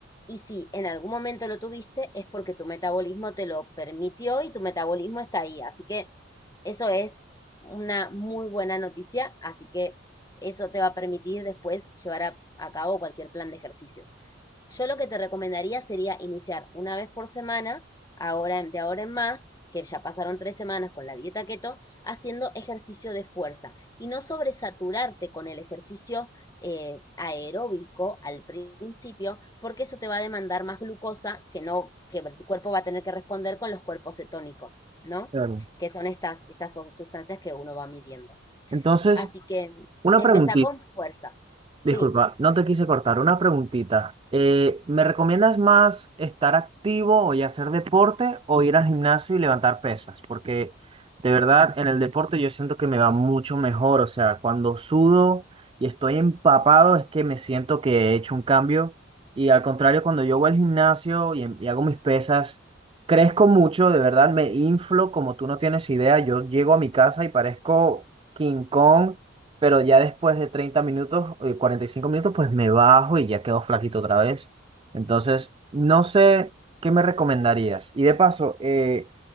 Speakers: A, on the left (about 20°); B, on the right (about 25°).
A: Y si en algún momento lo tuviste, es porque tu metabolismo te lo permitió y tu metabolismo está ahí. Así que eso es una muy buena noticia. Así que eso te va a permitir después llevar a, a cabo cualquier plan de ejercicios. Yo lo que te recomendaría sería iniciar una vez por semana, ahora de ahora en más, que ya pasaron tres semanas con la dieta keto, haciendo ejercicio de fuerza y no sobresaturarte con el ejercicio eh, aeróbico al principio, porque eso te va a demandar más glucosa que no, que tu cuerpo va a tener que responder con los cuerpos cetónicos, ¿no?
B: Claro.
A: Que son estas, estas son sustancias que uno va midiendo.
B: Entonces,
A: Así que
B: una
A: empezá
B: preguntita.
A: con fuerza. Sí,
B: Disculpa, no te quise cortar. Una preguntita. Eh, ¿me recomiendas más estar activo y hacer deporte o ir al gimnasio y levantar pesas? Porque de verdad en el deporte yo siento que me va mucho mejor. O sea, cuando sudo y estoy empapado es que me siento que he hecho un cambio. Y al contrario, cuando yo voy al gimnasio y, em- y hago mis pesas, crezco mucho, de verdad me inflo como tú no tienes idea. Yo llego a mi casa y parezco King Kong pero ya después de 30 minutos, eh, 45 minutos, pues me bajo y ya quedo flaquito otra vez. Entonces, no sé qué me recomendarías. Y de paso, eh,